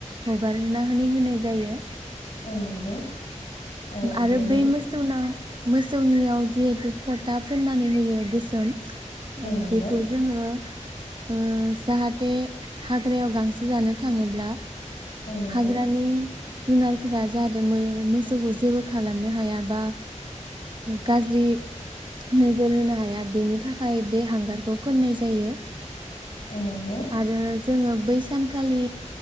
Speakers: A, on the right; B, on the left.
A: हगारना होन होनाय जायो।
B: औ नंगौ औ
A: आरो
B: बेनि
A: बै मोसौनाव मोसौनियाव जिहेतु फथा फोननानै होयो गो सोम ओ
B: औ नंगौ
A: बेखौ जोङो ओ जाहा बे हाग्रायाव गांसो जानो थाङोब्ला?
B: औ नंगौ
A: हाग्रानि जुनार फोरा जाहाथे मो मोसौखौ जेबो खालामनो हाया बा गाज्रि नोजोर होनो हाया। बेनि थाखाय बे हांगारखौ फोननाय जायो।
B: औ नंगौ
A: आरो जोङो बैस सानखालि